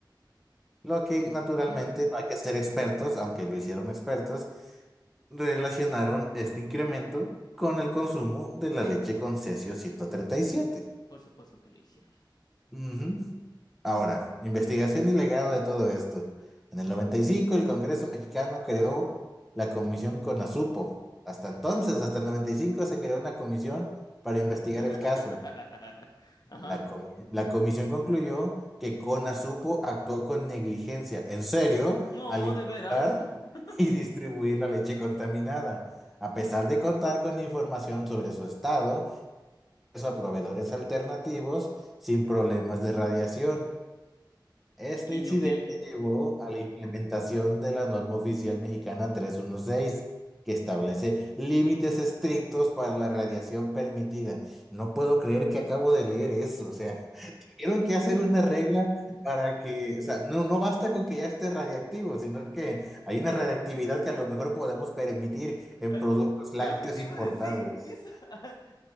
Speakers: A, in the centre; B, on the left.
A: Lo que naturalmente
B: <sighs>
A: no hay que ser expertos, aunque lo hicieron expertos, relacionaron este incremento con el consumo de la leche con cesio 137.
B: Por supuesto que lo hicieron.
A: Ujú. Ahora, investigación y legado de todo esto. En el 95 el Congreso mexicano creó la comisión CONASUPO. Hasta entonces, hasta el 95 se creó una comisión para investigar
B: <laughs>
A: el caso.
B: Ajá.
A: La, com- la comisión concluyó que Conasupo actuó con negligencia, en serio,
B: No,
A: al importar
B: de veras. <laughs>
A: <laughs> y distribuir la leche contaminada, a pesar de contar con información sobre su estado, a proveedores alternativos sin problemas de radiación. Este
B: Guiño,
A: incidente
B: guiño.
A: llevó a la implementación de la norma oficial mexicana 316, que establece límites estrictos para la radiación permitida. No puedo creer que acabo de leer eso, o sea. Tienen que hacer una regla para que, o sea, no, no basta con que ya esté radiactivo, sino que hay una radiactividad que a lo mejor podemos permitir en
B: Ay,
A: productos lácteos
B: es lo que te
A: importados.
B: iba a decir, Misa. <laughs>